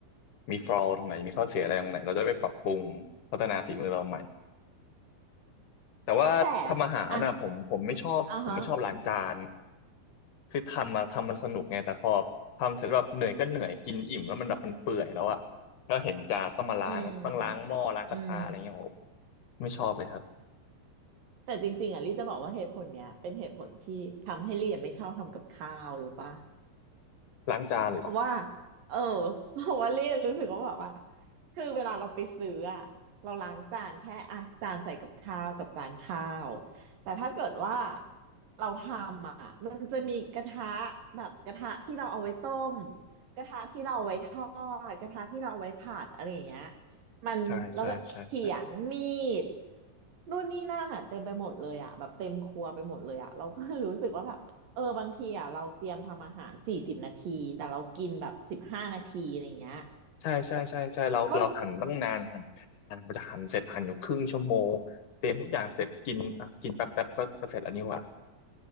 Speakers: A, on the left (about 65°); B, on the right (about 70°).
A: มีฟอลอตรงไหนมีข้อเสียอะไรตรงไหนเราจะได้ไปปรับปรุงพัฒนาฝีมือเราใหม่ แต่ว่าทำอาหารน่ะผมผมไม่ชอบผมไม่ชอบล้างจาน
B: แต่อ่ะอ่ะฮะ
A: คือทำมาทำมันสนุกไงแต่พอทำเสร็จแล้วแบบเหนื่อยก็เหนื่อยกินอิ่มแล้วมันแบบมันเปื่อยแล้วอะแล้วเห็นจานต้องมาล้างต้องล้างหม้อล้างกระทะอะไรเงี้ยโอ้
B: อืมอืม
A: ไม่ชอบเลยครับ
B: แต่จริงๆอ่ะลี่จะบอกว่าเหตุผลเนี้ย เป็นเหตุผลที่ทำให้ลี่อะไม่ชอบทำกับข้าวรู้ปะ
A: ล้างจานเหรอ
B: เพราะว่าเออ <laughs> เพราะว่าเล่นรู้สึกว่าแบบว่าคือเวลาเราไปซื้ออะเราล้างจานแค่อ่ะจานใส่กับข้าวกับจานข้าวแต่ถ้าเกิดว่าเราทำอ่ะมันจะมีกระทะแบบกระทะที่เราเอาไว้ต้มกระทะที่เราเอาไว้ทอดกระทะที่เราเอาไว้ผัดอะไรอย่างเงี้ยมันแล้วก็เขียงมีด
A: ใช่ใช่ใช่ใช่
B: นู่นนี่นั่นอ่ะเต็มไปหมดเลยอ่ะแบบเต็มครัวไปหมดเลยอ่ะเราก็ <laughs> รู้สึกว่าแบบ เออบางทีอ่ะเราเตรียมทำอาหารสี่สิบนาทีแต่เรากินแบบสิบห้านาทีอะไรเงี้ย
A: ใช่ใช่ใช่ใช่เราเราหั่นตั้งนานหั่นหั่นกว่าจะหั่นเสร็จหั่นอยู่ครึ่งชั่วโมงเตรียมทุกอย่างเสร็จกินอ่ะกินแป๊บแป๊บก็ก็เสร็จแล้วนี่หว่า
B: ก็